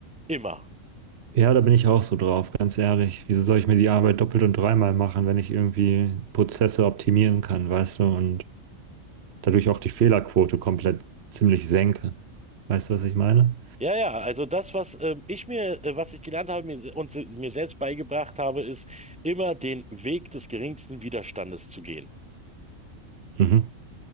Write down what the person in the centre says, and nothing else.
Immer.
Ja, ja, also das, was ähm, ich mir, äh, was ich gelernt habe mir, se- und se- mir selbst beigebracht habe, ist immer den Weg des geringsten Widerstandes zu gehen.